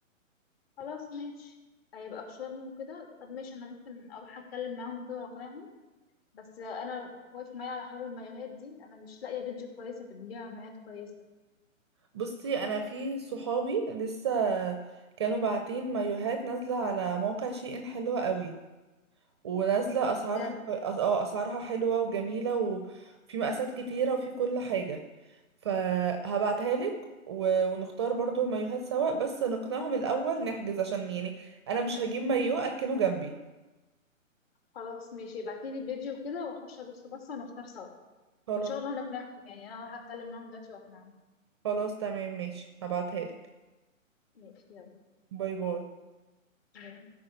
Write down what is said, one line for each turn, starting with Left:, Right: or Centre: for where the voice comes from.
Left: خلاص ماشي هيبقى في شرم وكده طب ماشي انا ممكن اروح اتكلم معاهم وكده واقنعهم بس انا واقف معايا على حوار المايوهات دي انا مش لاقيه بيدج كويسه بتبيع مايوهات كويسه
Right: بصي أنا في صحابي لسه كانوا باعتين مايوهات نازلة على موقع شي إن حلوة قوي ونازلة أسعارها
Left: بجد
Right: أس- اه أسعارها حلوة وجميلة وفي مقاسات كتيرة وفي كل حاجة فهبعتها لك و- ونختار برضو المايوهات سوا بس نقنعهم الأول نحجز عشان يعني أنا مش هجيب مايو أركنه جنبي
Left: خلاص ماشي ابعتيلي البيدج وكده واخش ابص بصه ونختار سوا
Right: خلاص
Left: وان شاء الله نقنعهم يعني انا هروح اتكلم معاهم دلوقتي واقنعهم
Right: خلاص تمام ماشي هبعتها لك
Left: ماشي
Right: باي باي
Left: يلا